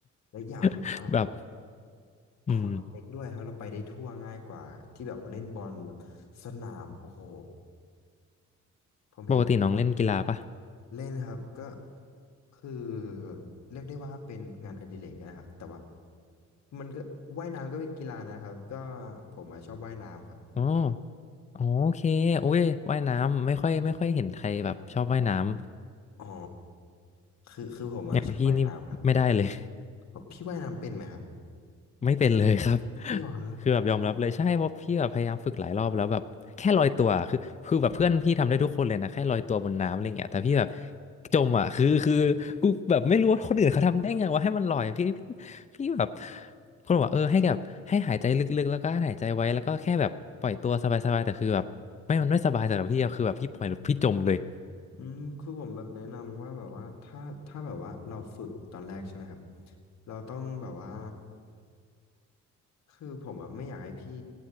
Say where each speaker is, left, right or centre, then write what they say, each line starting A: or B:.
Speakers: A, on the left; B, on the left.
A: และอกอย่างหนึ่งแบบว่า
B: <laughs> แบบ
A: คอร์ดมันเล็กด้วยครับเราไปได้ทั่วง่ายกว่าที่แบบว่าเล่นบอลแบบสนามโอ้โห
B: อืม
A: ผมเห็นแล้ว
B: ปกติน้องเล่นกีฬาปะ
A: เล่นครับก็คือเรียกได้ว่าเป็นงานอดิเรกนะครับแต่ว่ามันก็ว่ายน้ำก็เป็นกีฬานะครับก็ผมอะชอบว่ายน้ำครับ
B: อ๋ออ๋อโอเคโอ้ยว่ายน้ำไม่ค่อยไม่ค่อยเห็นใครแบบชอบว่ายน้ำ
A: อ๋อคือคือผมอะชอบว่ายน้ำครับ
B: อย่างพี่นี่ไม่ได้เลย
A: พี่ว่ายน้ำเป็นไหมครับ
B: <laughs> ไม่เป็นเลยครับ
A: จริงเหรอ
B: คือแบบยอมรับเลยใช่เพราะพี่แบบพยายามฝึกหลายรอบแล้วแบบแค่ลอยตัวคือคือแบบเพื่อนพี่ทำได้ทุกคนเลยนะแค่ลอยตัวบนน้ำอะไรเงี้ยแต่พี่แบบจมอ่ะคือคือกูแบบไม่รู้ว่าคนอื่นเขาทำได้ไงว่าให้มันลอยพี่พี่พี่แบบคนบอกว่าเออให้แบบให้หายใจลึกๆแล้วก็หายใจไว้แล้วก็แค่แบบปล่อยตัวสบายๆแต่คือแบบไม่มันไม่สบายสำหรับพี่อะคือแบบพี่ปล่อยแล้วพี่จมเลย
A: อืมคือผมแบบแนะนำว่าแบบว่าถ้าถ้าแบบว่าเราฝึกตอนแรกใช่ไหมครับเราต้องแบบว่า คือผมอะไม่อยากให้พี่